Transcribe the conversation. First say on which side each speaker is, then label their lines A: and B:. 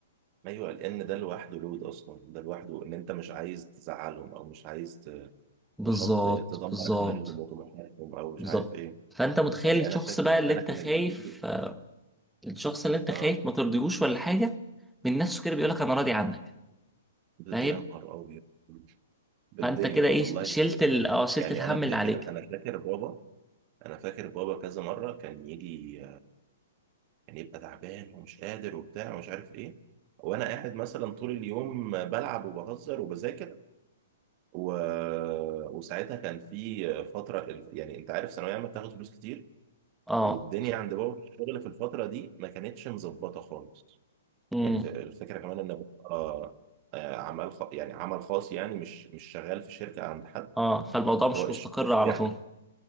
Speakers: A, on the right (about 40°); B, in the centre.
A: ايوه لان ده لوحده لود اصلا ده لوحده ان انت مش عايز تزعلهم او مش عايز ت-
B: بالظبط
A: تحط تدمر
B: بالظبط
A: امالهم وطموحاتهم او مش
B: بالظبط
A: عارف ايه
B: فانت متخيل
A: يعني
B: الشخص
A: انا فاكر
B: بقى اللي
A: ان انا
B: انت
A: كان
B: خايف
A: اللي بيجي
B: آه، الشخص اللي انت خايف
A: اه
B: ما ترضيهوش ولا حاجه من نفسه كده بيقولك انا راضي عنك
A: ب-
B: فاهم
A: يا نهار ابيض بالدنيا
B: فانت كده ايه
A: والله
B: شلت
A: بالدنيا.
B: ال... اه شلت
A: يعني
B: الهم
A: انا
B: اللي
A: فاكر
B: عليك
A: انا فاكر بابا انا فاكر بابا كذا مره كان يجي كان يبقى تعبان ومش قادر وبتاع ومش عارف ايه وانا قاعد مثلا طول اليوم بلعب وبهزر وبذاكر و... وساعتها كان في فتره الف- يعني انت عارف ثانويه عامه بتاخد فلوس كتير
B: اه
A: والدنيا عند بابا في الشغل في الفتره دي ما كانتش مظبطه خالص
B: امم
A: يعني ف- الفكره كمان ان بابا آه، آه، عمل خ... يعني عمل خاص يعني مش مش شغال في شركه عند حد
B: اه فالموضوع مش
A: هو الشغل
B: مستقر على
A: بتاعه
B: طول